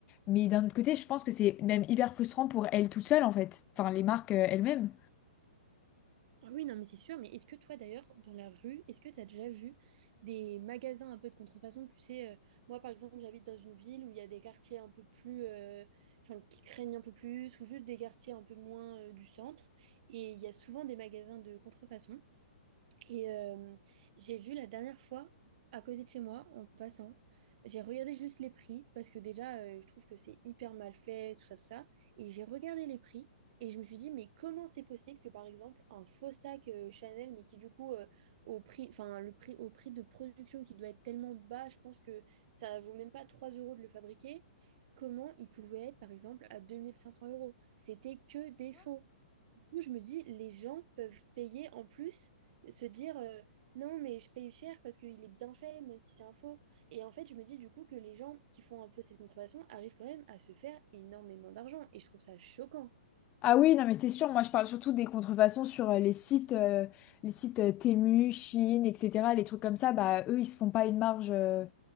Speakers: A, on the left; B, on the right.
A: Mais d'un autre côté, je pense que c'est même hyper frustrant pour elles toutes seules en fait, enfin les marques euh, elles-mêmes.
B: Ah Oui, non, mais c'est sûr. Mais est-ce que toi, d'ailleurs, dans la rue, est-ce que tu as déjà vu des magasins un peu de contrefaçon? Tu sais, euh, moi, par exemple, j'habite dans une ville où il y a des quartiers un peu plus, euh, enfin, qui craignent un peu plus, ou juste des quartiers un peu moins, euh, du centre. Et il y a souvent des magasins de contrefaçon. Et euh, j'ai vu la dernière fois, à côté de chez moi, en passant, j'ai regardé juste les prix, parce que déjà, euh, je trouve que c'est hyper mal fait, tout ça, tout ça. Et j'ai regardé les prix, et je me suis dit, mais comment c'est possible que, par exemple, un faux sac euh, Chanel, mais qui du coup, euh, au prix, enfin, le prix, au prix de production qui doit être tellement bas, je pense que ça vaut même pas 3 euros de le fabriquer, comment il pouvait être, par exemple, à 2500 euros? C'était que des faux du coup, je me dis, les gens peuvent payer en plus, se dire euh, non, mais je paye cher parce qu'il est bien fait, même si c'est un faux. Et en fait, je me dis du coup que les gens qui font un peu cette contrefaçon arrivent quand même à se faire énormément d'argent. Et je trouve ça choquant.
A: Ah oui, non mais c'est sûr, moi je parle surtout des contrefaçons sur euh, les sites, euh, les sites euh, Temu, Chine, etc. Les trucs comme ça, bah eux ils se font pas une marge. euh,